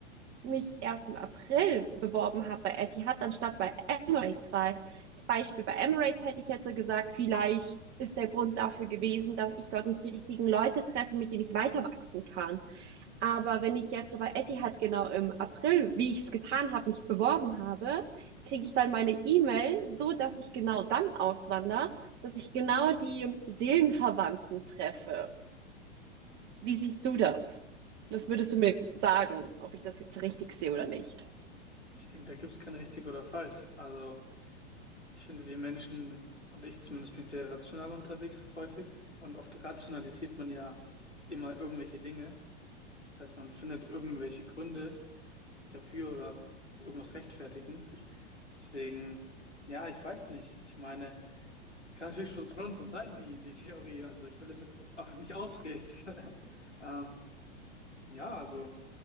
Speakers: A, on the right; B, on the left.
A: mich erst im April beworben habe bei Etihad anstatt bei Emirates, weil das Beispiel bei Emirates hätte ich jetzt so gesagt, vielleicht ist der Grund dafür gewesen, dass ich dort nicht die richtigen Leute treffe, mit denen ich weiter wachsen kann. Aber wenn ich jetzt bei Etihad genau im April, wie ich es getan habe, mich beworben habe, kriege ich dann meine E-Mail, so dass ich genau dann auswandere, dass ich genau die Seelenverwandten treffe. Wie siehst du das? Was würdest du mir sagen, ob ich das jetzt richtig sehe oder nicht?
B: Ich denke, da gibt es kein richtig oder falsch. Also ich finde, wir Menschen und ich zumindest bin sehr rational unterwegs auch häufig und oft rationalisiert man ja immer irgendwelche Dinge. Das heißt, man findet irgendwelche Gründe dafür oder irgendwas rechtfertigen. Deswegen, ja, ich weiß nicht. Ich meine, kann natürlich schon schon so sein, die, die Theorie. Also ich will das jetzt auch nicht ausreden. <laughs> Ähm, ja, also